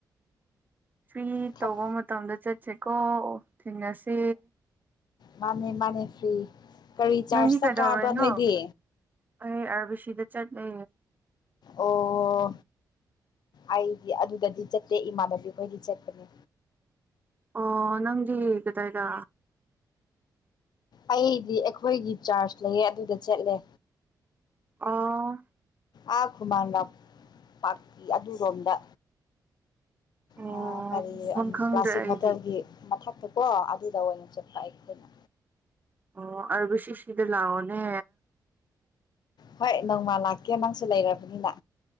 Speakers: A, on the right (about 25°); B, on the left (about 65°).
A: ꯁꯏ
B: ꯊꯛ
A: ꯇꯧꯕ ꯃꯇꯝꯗ ꯆꯠ꯫ ꯆꯦꯀꯣ꯫ ꯊꯦꯡꯅꯁꯤ꯫
B: ꯃꯥꯅꯤ ꯃꯥꯅꯦ ꯐ꯭ꯔꯤ꯫ ꯀꯔꯤ ꯆꯥꯔꯖ
A: ꯅꯪꯗꯤ
B: ꯆꯠꯈꯕ꯭ꯔꯥ
A: ꯀꯩꯗꯧꯔꯤꯅꯣ
B: ꯅꯣꯏꯗꯤ꯫
A: ꯑꯩ ꯑꯥꯔꯕꯤꯁꯤꯗ ꯆꯠꯂꯦ꯫
B: ꯑꯣ ꯑꯩꯗꯤ ꯑꯗꯨꯗꯗꯤ ꯆꯠꯇꯦ ꯏꯃꯥꯟꯅꯕꯤ ꯈꯣꯏꯗꯤ ꯆꯠꯄꯅꯦ꯫
A: ꯑꯣ ꯅꯪꯗꯤ ꯀꯗꯥꯏꯗ꯫
B: ꯑꯩꯗꯤ ꯑꯩꯈꯣꯏꯒꯤ ꯆꯥꯔꯖ ꯂꯩꯌꯦ ꯑꯗꯨꯗ ꯆꯠꯂꯦ꯫
A: ꯑ꯫
B: ꯑꯥ ꯈꯨꯃꯥꯡ ꯂꯝ ꯄꯥꯛ ꯑꯗꯨꯔꯣꯝꯗ꯫
A: ꯑꯣ
B: ꯑ ꯀꯔꯤ
A: ꯃꯐꯝ ꯈꯪꯗ꯭ꯔꯦ
B: ꯀ꯭ꯂꯥꯁꯤꯛ
A: ꯑꯩꯗꯤ
B: ꯍꯣꯇꯦꯜꯒꯤ ꯃꯊꯛ꯫ ꯑꯀꯣ ꯑꯗꯨꯗ ꯑꯣꯏꯅ ꯆꯠꯄ ꯑꯩꯈꯣꯏꯅ꯫
A: ꯑꯣ ꯑꯔꯕꯨ ꯁꯤꯁꯤꯗꯤ ꯂꯥꯎꯑꯣꯅꯦ꯫
B: ꯍꯣꯏ ꯅꯣꯡꯃ ꯂꯥꯛꯀꯦ ꯅꯪꯁꯨ ꯂꯩꯔꯕꯅꯤꯅ꯫